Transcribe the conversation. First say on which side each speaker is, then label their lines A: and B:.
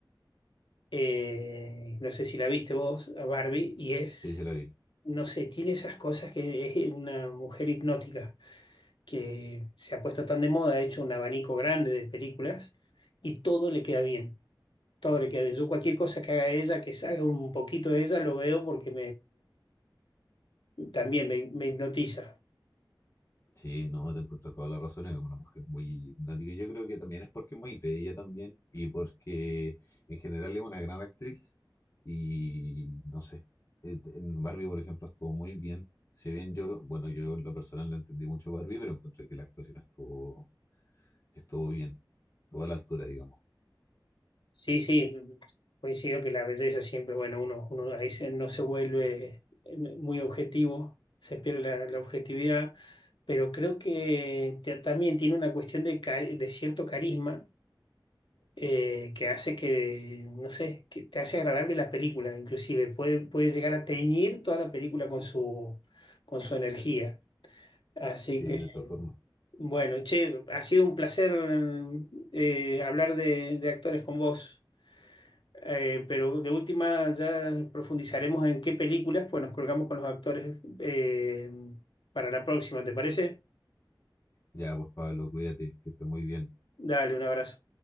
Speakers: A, on the left; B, on the left.
A: eh, no sé si la viste vos a Barbie, y es,
B: Sí, se la vi.
A: no sé, tiene esas cosas que es una mujer hipnótica, que se ha puesto tan de moda, ha hecho un abanico grande de películas y todo le queda bien. Todo le queda bien. Yo cualquier cosa que haga ella, que salga un poquito de ella, lo veo porque También me, me hipnotiza.
B: Sí, no, te encuentro toda la razón, es una mujer muy hipnótica. Y Yo creo que también es porque es muy bella también y porque en general es una gran actriz y no sé, eh, en Barbie, por ejemplo, estuvo muy bien. Si bien yo, bueno, yo en lo personal no entendí mucho Barbie, pero encontré que la actuación estuvo, estuvo bien, estuvo a la altura, digamos.
A: Sí, sí, coincido que la belleza siempre, bueno, uno, uno ahí se- no se vuelve eh, muy objetivo, se pierde la, la objetividad, pero creo que te- también tiene una cuestión de, cari- de cierto carisma eh, que hace que, no sé, que te hace agradable la película, inclusive puede, puede llegar a teñir toda la película con su, con su energía. Así
B: Sí,
A: que,
B: de todas formas.
A: bueno, che, ha sido un placer eh, hablar de, de actores con vos, Eh, pero de última ya profundizaremos en qué películas, pues nos colgamos con los actores eh, para la próxima, ¿te parece?
B: Ya, pues Pablo, cuídate, que estés muy bien.
A: Dale, un abrazo.